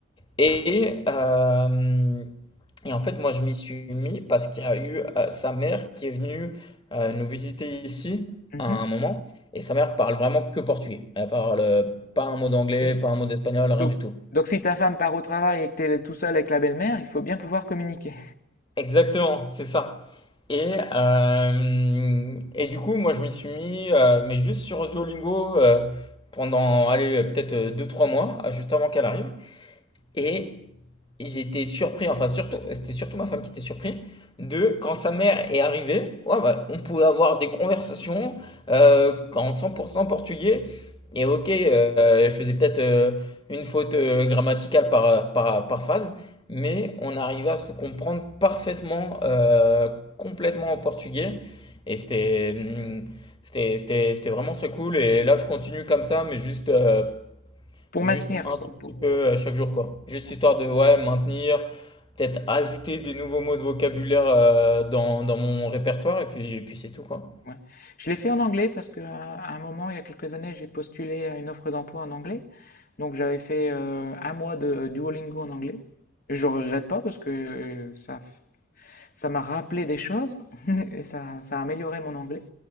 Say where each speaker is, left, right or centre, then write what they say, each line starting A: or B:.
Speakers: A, on the left (about 25°); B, on the left (about 45°).
A: Et, euh, et en fait, moi, je m'y suis mis parce qu'il y a eu euh, sa mère qui est venue euh, nous visiter ici
B: Mhm,
A: à un moment. Et sa mère parle vraiment que portugais. Elle parle euh, pas un mot d'anglais,
B: oui.
A: pas un mot d'espagnol, rien
B: Donc,
A: du tout.
B: donc si ta femme part au travail et que tu es tout seul avec la belle-mère, il faut bien pouvoir communiquer
A: Exactement, c'est ça. Et, euh, et du coup, moi, je m'y suis mis, euh, mais juste sur Duolingo euh, pendant, allez, euh, peut-être euh, deux trois mois, ah, juste avant qu'elle arrive. Et j'étais surpris, enfin surtout, c'était surtout ma femme qui était surprise de quand sa mère est arrivée, ouais, bah, on pouvait avoir des conversations euh, en 100% portugais. Et ok, euh, je faisais peut-être euh, une faute euh, grammaticale par, euh, par, par phrase, mais on arrivait à se comprendre parfaitement, euh, complètement en portugais. Et c'était, hum, c'était, c'était, c'était vraiment très cool. Et là, je continue comme ça, mais juste euh,
B: pour
A: Juste
B: maintenir,
A: un tout
B: quoi,
A: petit
B: pour-
A: peu euh, chaque jour, quoi. Juste
B: Ouais,
A: histoire de, ouais, maintenir, peut-être ajouter des nouveaux mots de vocabulaire euh, dans, dans mon répertoire, et puis, et puis c'est tout, quoi.
B: ouais. Je l'ai fait en anglais parce que, à un moment, il y a quelques années, j'ai postulé à une offre d'emploi en anglais. Donc j'avais fait euh, un mois de Duolingo en anglais. Et je ne regrette pas parce que euh, ça, ça m'a rappelé des choses <laughs> et ça, ça a amélioré mon anglais.